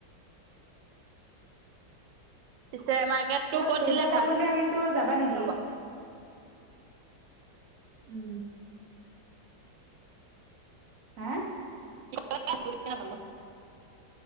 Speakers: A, on the right (about 75°); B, on the right (about 50°).
A: পিছে মাৰ্কেটটো
B: ক'ৰবাত
A: ক'ত
B: ফুৰিব
A: দিলে
B: যাম
A: ভাল
B: বুলি ভাবিছো যাবা নেকি
A: হ'ব
B: উম হা
A: হা হা